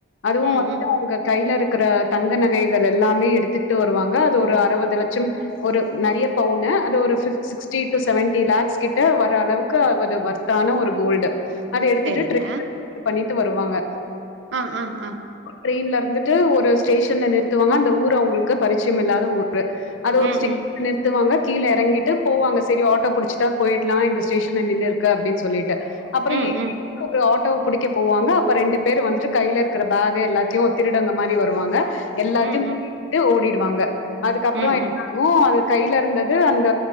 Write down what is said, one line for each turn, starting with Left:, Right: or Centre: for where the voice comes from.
Left: அதுவு
Right: ம்
Left: வந்து
Right: ம்
Left: அங்க கைய்ல இருக்கு இருக்கிற தங்க நகைகள் எல்லாமே எடுத்துட்டு வருவாங்க அது ஒரு அறுபது லட்சம் ஒரு நெறைய
Right: ம்.
Left: பவுனு அது ஒரு சிக்ஸ்டி டு செவன்டி லேக்ஸ் கிட்ட வர அளவுக்கு அவது வர்தான ஒரு கோல்டு அத எடுத்துட்டு
Right: செரிங்க
Left: பண்ணிட்டு வருவாங்க
Right: ஆ ஆ ஆ
Left: ட்ரெயின்லருந்துட்டு ஒரு ஸ்டேஷன்ல நிறுத்துவாங்க அந்த ஊர் அவங்ளுக்கு பரிச்சய இல்லாத ஊர் க்கு அது ஒரு
Right: ம்
Left: ஸ்டே
Right: ம்
Left: <unintelligible> நிறுத்துவாங்க கீழே எறங்கிட்டு போவாங்க செரி ஆட்டோ புடிச்சட்டா போயிட்லா இந்த ஸ்டேஷன் நின்னுருக்கு அப்டின்னு சொல்லிட்டு அப்றம்
Right: ம்
Left: எ
Right: ம்
Left: <inaudible> ஒரு ஆட்டோ புடிக்க போவாங்க அப்ப ரெண்டு பேர் வந்துட்டு கைலருக்குற பேகு எல்லாத்தையு ஒரு திருடங்க மாரி வருவாங்க எல்லாத்தையு
Right: ம் ம்
Left: <unintelligible> ஓடி வாங்க அதுக்கப்புற
Right: ம்
Left: என்னாகு
Right: ம்
Left: அது கைலருந்தது அந்த